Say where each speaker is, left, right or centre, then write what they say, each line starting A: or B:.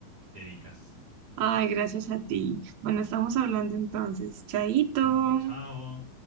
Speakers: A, on the right; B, on the right.
A: dedicas.
B: Ay, gracias a ti. Bueno, estamos hablando entonces, chaito.
A: No, chao.